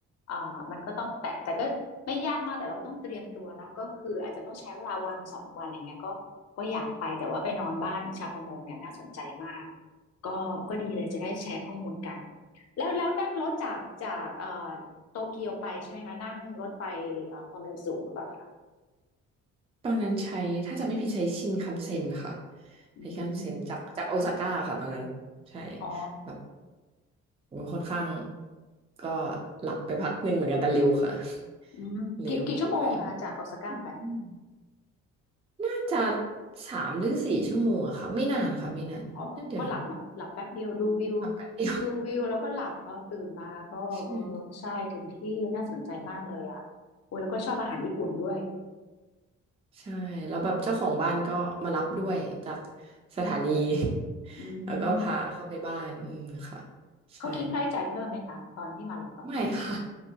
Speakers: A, on the left (about 55°); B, on the right (about 20°).
A: อ่ามันก็ต้องแต่แต่ก็ไม่ยากมากแต่เราก็ต้องเตรียมตัวเนาะก็คืออาจจะต้องใช้เวลาวันสองวันอะไรเงี้ยก็ก็อยากไปแต่ว่าไปนอนบ้านชาวประมงเนี่ยน่าสนใจมากก็ก็ดีเลยจะได้แชร์ข้อมูลกัน แล้วแล้วนั่งรถจากจากเอ่อโตเกียวไปใช่ไหมคะนั่งรถไฟเอ่อความเร็วสูงหรือเปล่าคะ
B: ตอนนั้นใช้ถ้าจะไม่ผิดใช้ชินคันเซ็นค่ะ
A: อืม
B: ใช้คันเซ็นจากจากโอซาก้าค่ะตอนนั้นใช่
A: อ๋อ
B: แบบโอ้ค่อนข้างก็หลับไปพักหนึ่งเหมือนกันแต่เร็วค่ะ <laughs>
A: อืมกี่กี่ชั่วโมงคะจากโอซาก้าไป
B: เร็วเดี๋ยวว่าทำอืมน่าจะสามหรือสี่ชั่วโมงอะค่ะไม่นานค่ะไม่นานแป๊บเดียวเอง
A: อ๋อก็หลับเนาะหลับแป๊บเดียวดูวิว
B: ขับแป๊บเดียว
A: ดูวิวแล้วก็หลับเออตื่นมาก็เออใช่ถึงที่น่าสนใจมากเลยอ่ะโอ้ยแล้วก็ชอบอาหารญี่ปุ่นด้วย
B: <laughs> ใช่ใช่แล้วแบบเจ้าของบ้านก็มารับด้วยจากสถานี <laughs>
A: อืม
B: แล้วก็พาเข้าไปบ้านอืมค่ะใช่
A: เขาคิดค่าใช้จ่ายเพิ่มไหมคะตอนที่มารับอะค่ะ
B: <laughs> ไม่ค่ะ